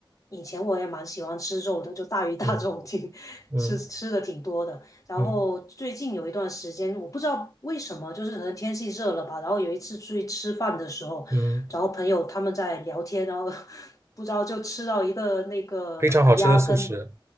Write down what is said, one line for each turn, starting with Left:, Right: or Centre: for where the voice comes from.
Left: 以前我也蛮喜欢吃肉的，就大鱼大肉挺
Right: 嗯
Left: <laughs>
Right: 嗯
Left: 吃吃的挺多的。然后最近有一段时间，
Right: 嗯
Left: 我不知道为什么，就是可能天气热了吧。然后有一次出去吃饭的时候，
Right: 嗯，
Left: 然后朋友他们在聊天，然后 <laughs> 不知道就吃到一个那个烤鸭跟，
Right: 非常好吃的素食。